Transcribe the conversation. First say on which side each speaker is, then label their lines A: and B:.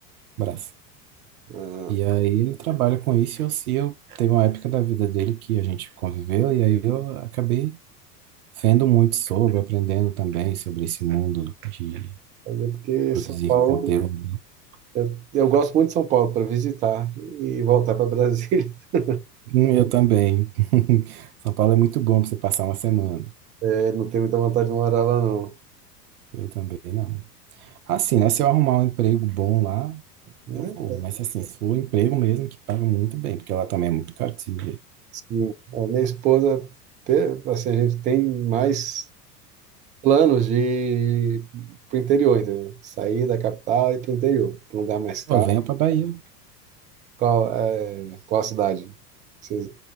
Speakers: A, on the right; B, on the right.
A: Brás.
B: Ah,
A: E aí ele trabalha com isso e eu, se eu teve uma época da vida dele que a gente conviveu e aí eu acabei vendo muito sobre, aprendendo também sobre esse mundo de
B: mas é porque
A: produzir
B: São Paulo,
A: conteúdo
B: eu, eu gosto muito de São Paulo para visitar e voltar para Brasília. <laughs>
A: Hum, Eu também. <laughs> São Paulo é muito bom para você passar uma semana.
B: Eh, não tenho muita vontade de morar lá, não.
A: Eu também não. Assim, né? Se eu arrumar um emprego bom lá,
B: É,
A: eu vou. Mas assim, se for um emprego mesmo que paga muito bem, porque lá também é muito caro de se viver.
B: Sim, a minha esposa, pe- assim, a gente tem mais planos de ir pro interior, entendeu? Sair da capital e ir pro interior, pro lugar mais caro.
A: Pô, venha pra Bahia.
B: Qual, é, qual a cidade que vocês